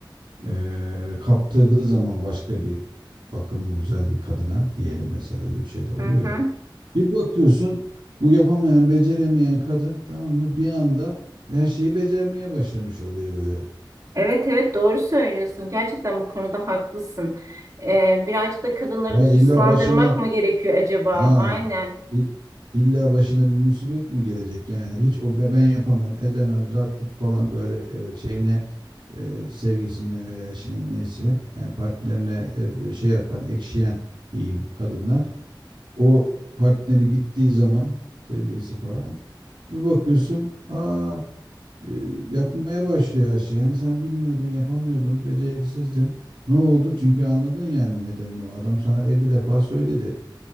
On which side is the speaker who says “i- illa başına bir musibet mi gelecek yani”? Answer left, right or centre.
Right